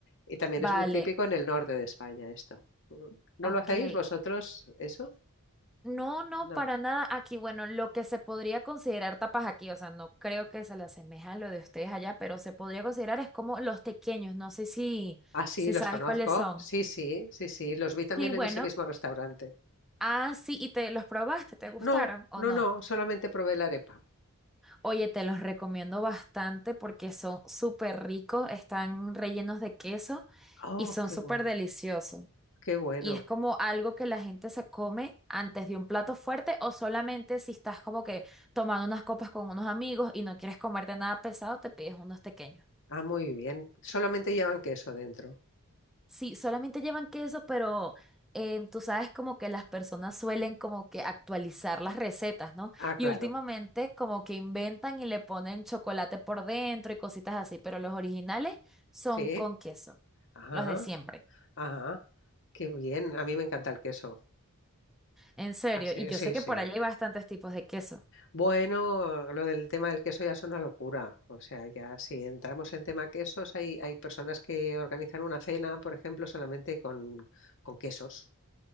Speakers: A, on the left; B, in the centre.
A: y también
B: Vale,
A: es muy típico en el norte de España esto. Ujú. ¿No
B: ok.
A: lo hacéis vosotros eso?
B: No, no,
A: No.
B: para nada. Aquí, bueno, lo que se podría considerar tapas aquí, o sea, no creo que se le asemeja a lo de ustedes allá, pero se podría considerar es como los tequeños. No sé si,
A: Ah, sí,
B: si
A: los
B: sabes
A: conozco.
B: cuáles son.
A: Sí, sí, sí, sí, los vi también
B: Sí, bueno.
A: en ese mismo restaurante.
B: Ah, sí, y te los probaste, ¿te gustaron
A: No,
B: o
A: no,
B: no?
A: no, solamente probé la arepa.
B: Oye, te los recomiendo bastante porque son súper ricos, están rellenos de queso
A: Oh,
B: y son
A: qué
B: súper
A: bueno,
B: deliciosos.
A: qué bueno.
B: Y es como algo que la gente se come antes de un plato fuerte o solamente si estás como que tomando unas copas con unos amigos y no quieres comerte nada pesado, te pides unos pequeños.
A: Ah, muy bien. Solamente llevan queso dentro.
B: Sí, solamente llevan queso, pero eh, tú sabes como que las personas suelen como que actualizar las recetas, ¿no?
A: Ah, claro.
B: Y últimamente como que inventan y le ponen chocolate por dentro y cositas así, pero los originales son
A: Sí.
B: con queso,
A: Ah,
B: los de siempre.
A: ah, qué bien. A mí me encanta el queso.
B: En serio,
A: Ah, sí,
B: y yo
A: sí,
B: sé que
A: sí.
B: por allá hay bastantes tipos de queso.
A: Bueno, lo del tema del queso ya es una locura. O sea, ya si entramos en tema quesos, hay, hay personas que organizan una cena, por ejemplo, solamente con, con quesos.